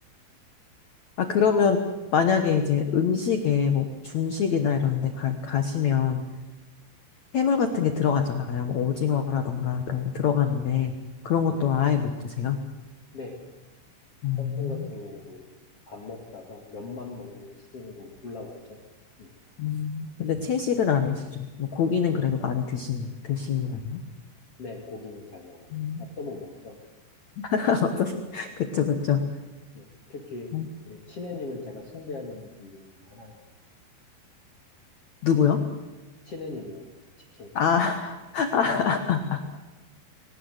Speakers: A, on the left; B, on the left.
A: 아, 그러면 만약에 이제 음식에 뭐 중식이나 이런 데 가, 가시면 해물 같은 게 들어가잖아요. 뭐 오징어라던가 그런 게 들어가는데 그런 것도
B: 네,
A: 아예 못 드세요?
B: 네.
A: 음,
B: 짬뽕 같은 경우도 안 먹다가 면만 먹는 수준으로 올라왔죠. 음,
A: 음. 근데 채식은 안 하시죠? 뭐 고기는 그래도 많이 드시는 드시나요?
B: 네, 고기는 잘 먹어요.
A: 음.
B: 없어 못 먹죠.
A: <laughs> 어떠세- 그쵸 그쵸.
B: 네, 특히
A: 음.
B: 우리 치느님은 제가 숭배하는 분들 중에 하나입니다.
A: 누구요?
B: 치느님이요. 치킨.
A: 아, <laughs>